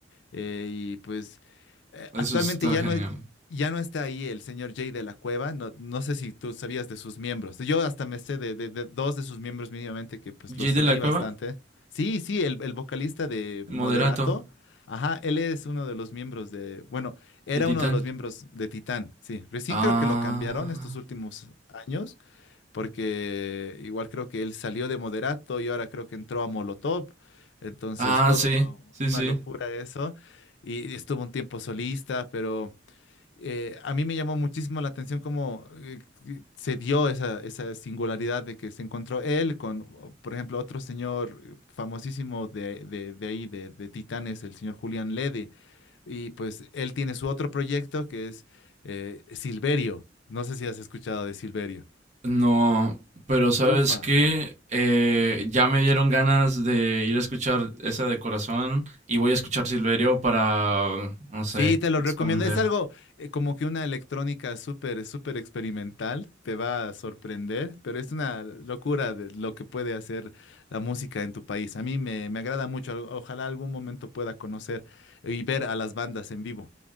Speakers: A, on the left; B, on the right.
A: eh, y pues eh,
B: Eso
A: actualmente
B: está
A: ya
B: genial.
A: no, es- ya no está ahí el señor Jay de la Cueva, no, no sé si tú sabías de sus miembros, yo hasta me sé de, de- de dos de sus miembros mínimamente que pues
B: Jay
A: los
B: de
A: seguí
B: la
A: bastante.
B: Cueva,
A: Sí, sí, el, el vocalista de Moderato,
B: Moderato,
A: ajá, él es uno de los miembros de, bueno, era
B: de Titán.
A: uno de los miembros de Titán, sí, recién
B: Ah,
A: creo que lo cambiaron estos últimos años porque igual creo que él salió de Moderato y ahora creo que entró a Molotov, entonces
B: ah,
A: todo
B: sí, sí,
A: una
B: sí.
A: locura eso, y estuvo un tiempo solista, pero eh, a mí me llamó muchísimo la atención cómo eh, que se dio esa, esa singularidad de que se encontró él con, o, por ejemplo, otro señor eh, famosísimo de, de, de ahí, de, de Titanes, el señor Julián Lede, y pues él tiene su otro proyecto que es eh, Silverio, no sé si has escuchado de Silverio.
B: No, pero ¿sabes
A: Ufa.
B: qué? Eh, ya me dieron ganas de ir a escuchar esa de corazón y voy a escuchar Silverio para, no sé,
A: Sí, te lo
B: expander.
A: recomiendo. Es algo eh, como que una electrónica súper, súper experimental. Te va a sorprender, pero es una locura de lo que puede hacer la música en tu país. A mí me, me agrada mucho. Al- Ojalá algún momento pueda conocer y ver a las bandas en vivo.